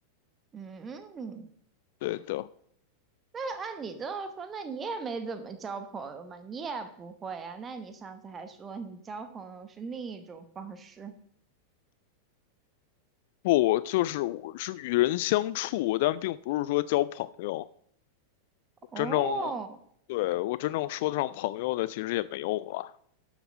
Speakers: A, on the right; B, on the left.
A: 嗯嗯，
B: 对的，
A: 按你这么说，那你也没怎么交朋友嘛，你也不会啊。那你上次还说你交朋友是另一种方式。
B: 不，就是我是与人相处，但并不是说交朋友。我真正，
A: 哦，
B: 对，我真正说得上朋友的，其实也没有了。